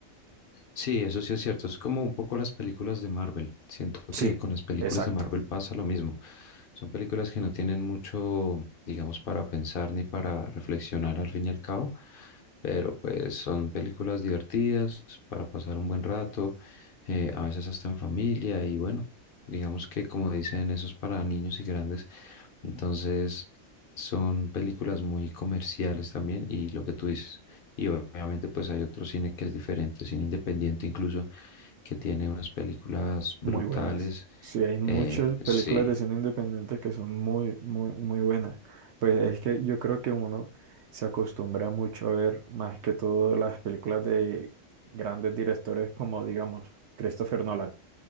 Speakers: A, on the left; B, on the right.
A: sí, eso sí es cierto. Es como un poco las películas de Marvel. Siento
B: Sí,
A: que con las películas
B: Exacto.
A: de Marvel pasa lo mismo. Son películas que no tienen mucho, digamos, para pensar ni para reflexionar al fin y al cabo, pero pues son películas divertidas para pasar un buen rato, eh, a veces hasta en familia y bueno, digamos que como dicen, eso es para niños y grandes. Entonces son películas muy comerciales también y lo que tú dices. Y obviamente pues hay otro cine que es diferente, cine independiente incluso, que tiene unas películas brutales.
B: Muy buenas. Sí, hay muchas
A: Eh,
B: películas
A: sí,
B: de cine independiente que son muy, muy, muy buenas. Pues es que yo creo que uno se acostumbra mucho a ver más que todo las películas de grandes directores como, digamos, Christopher Nolan,